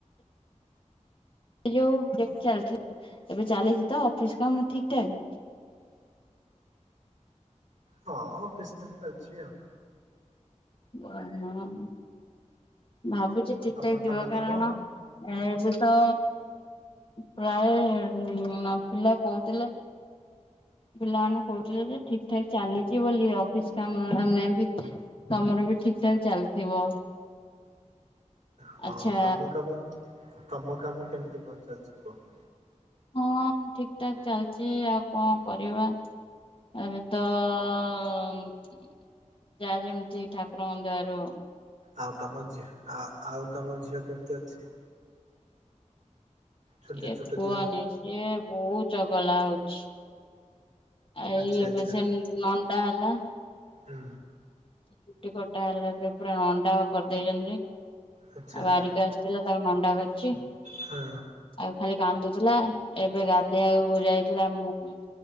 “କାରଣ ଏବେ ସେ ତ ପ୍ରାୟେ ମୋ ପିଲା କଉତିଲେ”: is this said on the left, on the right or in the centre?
Left